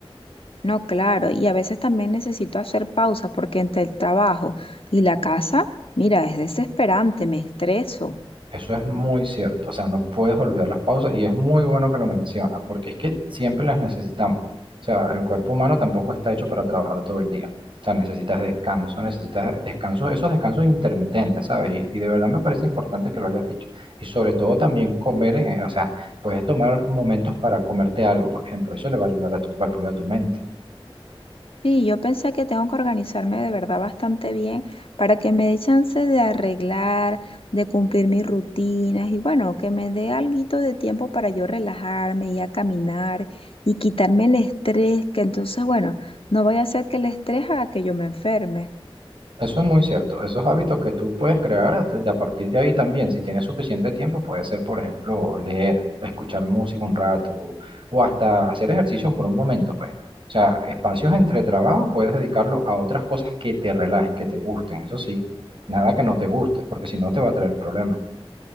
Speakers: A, on the left (about 70°); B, on the right (about 60°).
A: No, claro, y a veces también necesito hacer pausa porque entre el trabajo y la casa, mira, es desesperante, me estreso.
B: Eso es muy cierto, o sea, no puedes olvidar las pausas y es muy bueno que lo mencionas, porque es que siempre las necesitamos. O sea, el cuerpo humano tampoco está hecho para trabajar todo el día. O sea, necesitas descanso, necesitas descanso, esos descansos intermitentes, ¿sabes? Y, y de verdad me parece importante que lo hayas dicho. Y sobre todo también comer, eh, o sea, puedes tomar momentos para comerte algo, por ejemplo, eso le va a ayudar a tu cuerpo y a tu mente.
A: Sí, yo pensé que tengo que organizarme de verdad bastante bien para que me dé chance de arreglar, de cumplir mis rutinas y bueno, que me dé alguito de tiempo para yo relajarme y a caminar y quitarme el estrés, que entonces, bueno, no vaya a ser que el estrés haga que yo me enferme.
B: Eso es muy cierto. Esos hábitos que tú puedes crear hasta- y a partir de ahí también, si tienes suficiente tiempo, puede ser, por ejemplo, leer, escuchar música un rato o, o hasta hacer ejercicio por un momento, pues. O sea, espacios entre trabajo puedes dedicarlo a otras cosas que te relajen, que te gusten, eso sí. Nada que no te guste, porque si no te va a traer problemas.